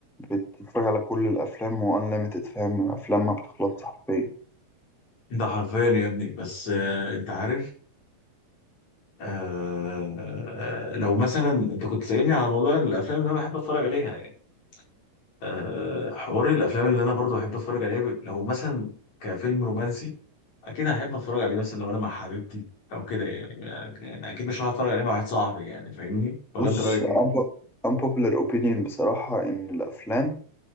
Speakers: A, in the centre; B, on the left.
A: بتتفرج على كل الأفلام وأنليمتد فاهم أفلام ما بتخلصش حرفيا
B: ده حرفيا يا ابني بس آه، انت عارف آه لو مثلا انت كنت سألني على موضوع الافلام اللي انا بحب اتفرج عليها يعني آه حوار الافلام اللي انا برضو بحب اتفرج عليها لو مثلا كفيلم رومانسي اكيد هحب اتفرج عليه مثلا لو انا مع حبيبتي او كده يعني يعني اكيد مش هروح اتفرج عليه مع واحد صاحبي يعني فاهمني ولا
A: بص
B: انت رايك
A: unpo-
B: ايه؟
A: unpopular opinion بصراحة إن الأفلام